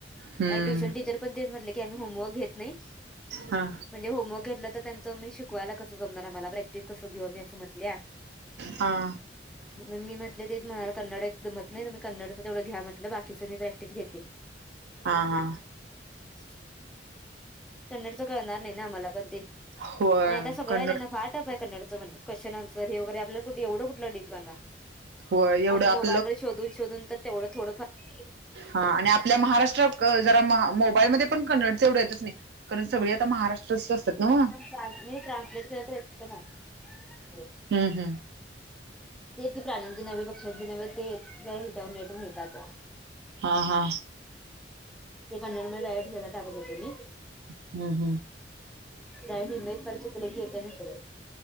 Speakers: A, on the right (about 65°); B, in the centre.
A: हम्म
B: ट्युशन टीचर पण ते म्हटले की आम्ही होमवर्क घेत नाय.
A: हा.
B: म्हणजे होमवर्क घेतलं तर त्यांचं मी शिकवायला कसं जमणार मला प्रॅक्टिस कस घेऊ मी असं म्हटल्या.
A: हा.
B: म- मी म्हटले ते मला कन्नड एकतर जमत नाय तुम्ही कन्नडचं तेवढं घ्या म्हटलं बाकीचं मी प्रॅक्टिस घेते.
A: हा हा.
B: <inaudible> कन्नडच कळणार नाय ना आम्हाला पण ते,
A: होय
B: आणि आता सगळं
A: कन्नड
B: त्यांना फार टप आय कन्नड. क्वेश्चन ऍन्सर हे वगैरे आपल्या कुठ एवढ कुठला डीप जाणारा.
A: होय एवढं
B: अंग
A: आपल्याला
B: मोबाईल मध्ये शोधून शोधून तर तेवढं थोडं फार
A: हा आणि आपल्या महाराष्ट्रत जरा मोबाईलमध्ये पण कन्नडचं एवढं येतंच नाय. कारण सगळी आता महाराष्ट्राचीच असत्यात न्हव.
B: मी ट्रान्सलेट करत राहीन त्यांना.
A: हम्म हम्.
B: ते प्राण्यांचे नव्हे पक्ष्यांचे नव्हे ते ह्याच्याव नेट मिळतात.
A: हा हा.
B: ते कन्नड मध्ये डायरेक्ट हे ला टाकत होते मी.
A: हम्म हम्म
B: त्या <unintelligible> सर्च केलं की येतय म सगळ.